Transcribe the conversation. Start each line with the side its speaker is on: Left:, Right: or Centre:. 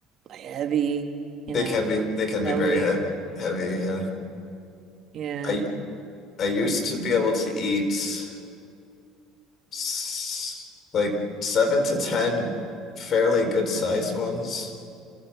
Right: heavy, you
Left: They
Right: know,
Left: can be they can be
Right: slowly.
Left: very he heavy. Uh,
Right: Yeah.
Left: I I used to be able to eat s- like seven to ten fairly good sized ones.